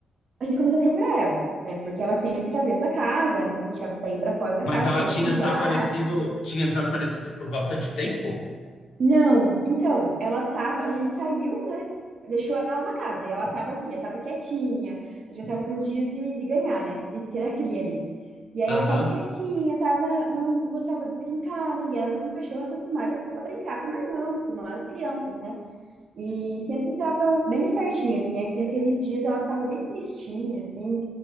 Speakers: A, on the right; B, on the left.
A: a gente começou a procurar ela, né? Porque ela sempre estava dentro da casa, nunca deixava eu sair para fora da
B: Mas
A: casa
B: ela
A: para
B: tinha
A: não sujar,
B: desaparecido, tinha desaparecido por bastante tempo?
A: Não, então, ela tava, a gente saiu, né? Deixou ela na casa, e ela tava assim, já tava quietinha, já tava nos dias de, de ganhar, né? De ter a cria ali. E aí
B: Aham.
A: ela tava quietinha, tava, não gostava de brincar, né? E ela era uma cachorra acostumada com- a brincar com o meu irmão, com nós crianças, né? E sempre estava bem espertinha, assim. E aqueles dias ela estava bem tristinha, assim.